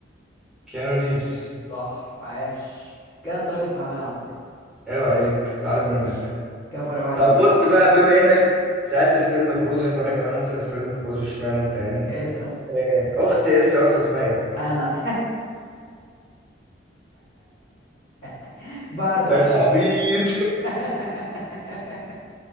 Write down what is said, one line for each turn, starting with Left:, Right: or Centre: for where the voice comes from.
Centre: كيانو ريفز
Left: صح عاش كان انت راجل فهمان على فكرة
Centre: عيب عليك اتعلم
Left: ماشي
Centre: منك
Left: كفر واحد
Centre: طب
Left: ليك
Centre: بص بقى بما انك سألت في فيلم فروزن فانا كمان هسأل في فيلم فروزن اشمعنى انت يعني
Left: اسأل
Centre: آه، اخت إلسا يا اسطى اسمها ايه؟
Left: انا <laughs> بره
Centre: شكل عبيط
Left: <laughs>